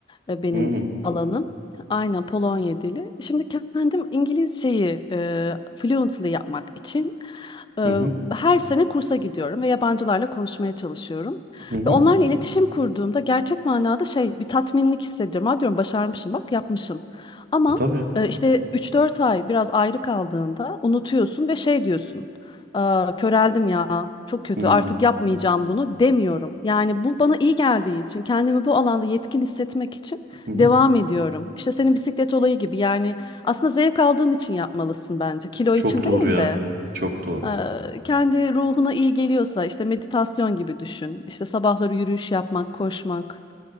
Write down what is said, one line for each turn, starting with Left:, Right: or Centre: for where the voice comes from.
Left: e, benim
Right: hı hı
Left: alanım. Aynen Polonya dili. Şimdi kendim İngilizceyi eee fluently yapmak için eee,
Right: hı hı.
Left: her sene kursa gidiyorum ve yabancılarla konuşmaya çalışıyorum.
Right: hı hı.
Left: Ve onlarla iletişim kurduğumda gerçek manada şey bir tatminlik hissediyorum. Ha diyorum başarmışım bak yapmışım. Ama
Right: E tabii.
Left: e, işte 3-4 ay biraz ayrı kaldığında unutuyorsun ve şey diyorsun. "Aa, köreldim ya çok kötü
Right: Hı hı.
Left: artık yapmayacağım bunu demiyorum. Yani bu bana iyi geldiği için kendimi bu alanda yetkin hissetmek için
Right: hı.
Left: devam ediyorum. İşte senin bisiklet olayı gibi yani aslında zevk aldığın için yapmalısın bence. Kilo
Right: Çok
Left: için
Right: doğru
Left: değil
Right: ya.
Left: de.
Right: Çok doğru.
Left: e, Kendi ruhuna iyi geliyorsa işte meditasyon gibi düşün. İşte sabahları yürüyüş yapmak, koşmak.